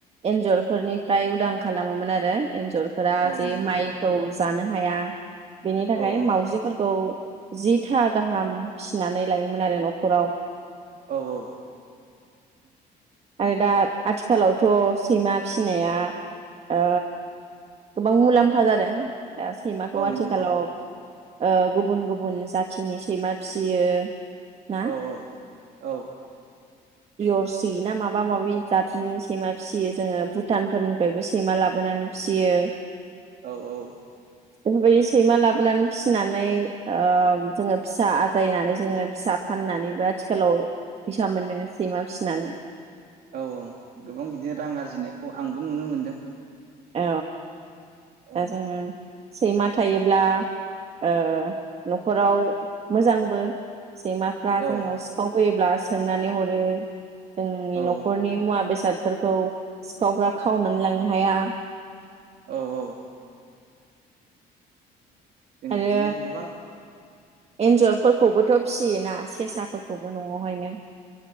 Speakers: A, on the right; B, on the right.
A: एन्जरफोरनिफ्राय उदां खालामोमोन आरो। एन्जरफोरा
B: औ
A: जे
B: नंगौ
A: माइखौ जानो हाया। बेनि थाखाय
B: औ औ
A: मावाउजिफोरखौ जिथा गाहाम फिसिनानै लायोमोन आरो न'खराव
B: औ औ।
A: आरो दा आथिखालावथ' सैमा फिसिनाया ओ गोबां मुलाम्फा जादों। दा सैमाखौ
B: औ
A: आथिखालाव
B: नंगौ
A: ओ गुबुन गुबुन जाथिनि सैमा फिसियो। ना
B: औ औ
A: इयरसि ना माबा माबि जातनि सैमा फिसियो जोङो भुटानफोरनिफ्रायबो सैमा लाबोनानै फियो।
B: औ औ।
A: बेफोरबायदि सैमा लाबोनानै फिसिनानै ओ जोङो फिसा आजायनानै जोङो फिसा फाननानैबो आथिखालाव फैसा मोनो सैमा फिसिनानै।
B: औ औ गोबां बिदिनो रां आरजिनायखौ आंबो नुनो मोनदों।
A: औ।
B: औ
A: दा जोङो सैमा थायोब्ला ओ न'खराव मोजांबो सैमाफ्रा
B: औ
A: जोंनाव सिखाव फैयोब्ला सोंननानै हरो। जोंनि
B: औ
A: न'खरनि मुवा बेसाद फोरखौ सिखावफ्रा खावनानै लांनो हाया।
B: औ औ। जों
A: आरो
B: बिदिनो गोबां
A: एन्जरफोरखौबोथ' फिसियोना सेसाफोरखौबो न'आवहायनो।